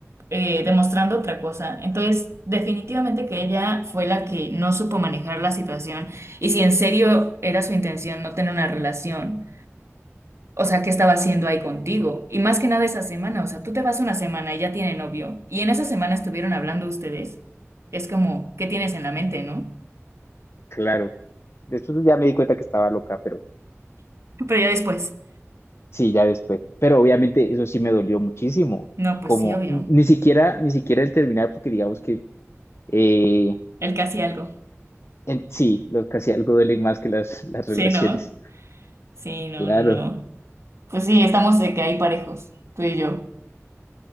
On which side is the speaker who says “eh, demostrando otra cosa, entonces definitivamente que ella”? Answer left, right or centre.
Right